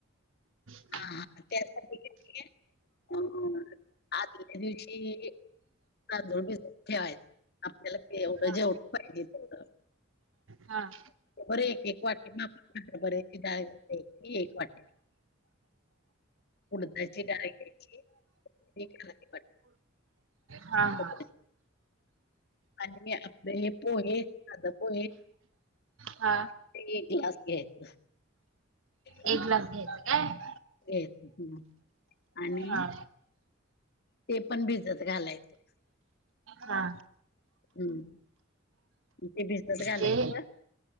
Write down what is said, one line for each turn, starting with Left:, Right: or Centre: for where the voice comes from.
Right: <unintelligible>
Left: हा त्यासाठी कणी आदल्या दिवशी तांदूळी भिजत ठेवायचं आपल्याला ते एवढं
Right: हा
Left: जेवढ पाहिजे तेवढ.
Right: हा.
Left: बरे एक एक वाटे मा बरे एक वाट्या <inaudible> उडदाची डाळ घ्यायची <inaudible>
Right: हा हा
Left: खोबऱ्याची. आणि आपलं हे पोहे साध पोहे
Right: हा
Left: ते एक ग्लास घ्यायचं, हम
Right: एक ग्लास घ्यायचं काय <inaudible>
Left: <inaudible> आणि
Right: हा
Left: ते पण भिजत घालायचे
Right: हा
Left: हम्, ते भिजत घालायचं.
Right: ते